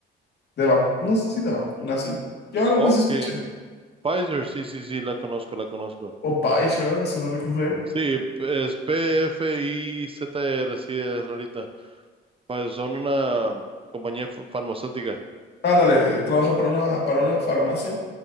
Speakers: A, on the left; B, on the right.
A: de vac- no sé si de vacunas. eh, Yo algo
B: Ok,
A: así escuché.
B: Pfizer, sí, sí, sí, la conozco, la conozco.
A: O Pfizer, algo así, no recuerdo. bien.
B: Sí, es P-F-I-Z-R, sí, es rarita. Pues son una compañía fa- farmacéutica.
A: Ándale, trabaja para una, para una farmacia,